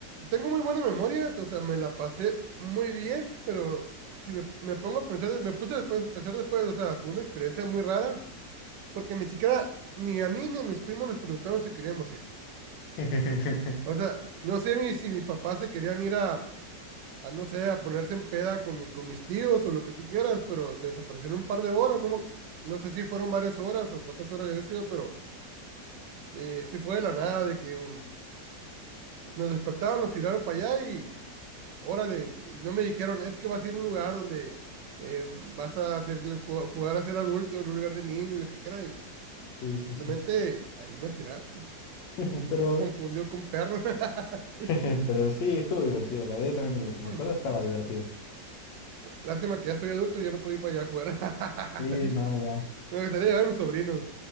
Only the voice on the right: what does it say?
tengo muy buenas memorias, o sea, me la pasé muy bien, pero si me, me pongo a pensar, me puse después, a pensar después, o sea, fue una experiencia muy rara porque ni siquiera ni a mí ni a mis primos les preguntaron si queríamos ir.
O sea, no sé ni si mis papás se querían ir a, a, no sé, a ponerse en peda con, mi, con mis tíos o lo que tú quieras, pero se desaparecieron un par de horas, no, no sé si fueron varias horas o cuántas horas había sido, pero eh, sí fue de la nada, de que un, nos despertaron, nos tiraron para allá y órale, y no me dijeron, es que vas a ir a un lugar donde eh, vas a hacer, jugar a ser adulto en un lugar de niño, lo que quieras,
simplemente
ahí nos tiraron.
Yo
más confundido con perro. <laughs>
Hmm,
Lástima que ya soy adulto y ya no puedo ir para allá a jugar. <laughs>
Me gustaría llevar a mis sobrinos,